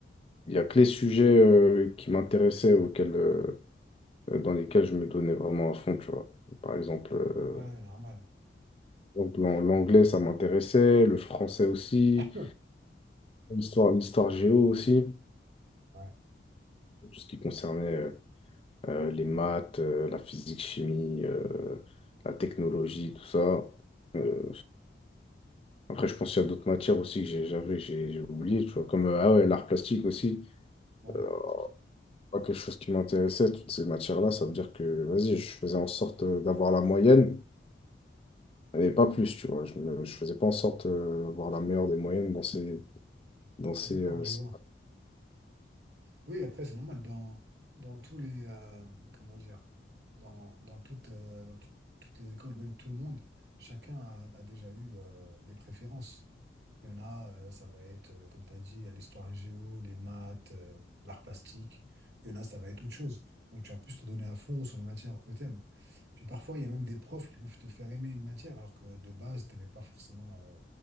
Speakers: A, on the left; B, on the right.
A: il y, a que les sujets euh, qui m'intéressaient, auxquels. euh, euh, dans lesquels je me donnais vraiment à fond, tu vois. Par exemple, euh,
B: ouais, normal.
A: donc l'an- l'anglais, ça m'intéressait, le français aussi,
B: <laughs>
A: l'histoire, l'histoire géo aussi,
B: Ouais,
A: tout ce qui concernait euh, euh, les maths, euh, la physique, chimie, euh, la technologie, tout ça. Euh, après, je pense qu'il y a d'autres matières aussi que j'ai- j'avais, j'ai j'ai oublié, tu vois, comme euh, ah ouais, l'art plastique aussi.
B: ouais.
A: Euh, pas quelque chose qui m'intéressait, toutes ces matières-là, ça veut dire que, vas-y, je faisais en sorte euh, d'avoir la moyenne Et pas plus, tu vois. Je, me- je faisais pas en sorte euh, d'avoir la meilleure des moyennes dans ces... Dans ces
B: D'accord,
A: euh,
B: je
A: ces-
B: vois. Oui, après, c'est normal. Dans, dans tous les, euh, comment dire, dans, dans, toutes, euh, dans tout- toutes les écoles, même tout le monde, chacun a, a déjà eu euh, des préférences. Il y en a, euh, ça va être, euh, comme tu as dit, l'histoire géo, les maths, euh, l'art plastique. Il y en a, ça va être autre chose. Donc, tu vas plus te donner à fond sur les matières que tu aimes. Puis parfois, il y a même des profs qui peuvent te faire aimer une matière, alors que de base, tu n'aimais pas forcément euh,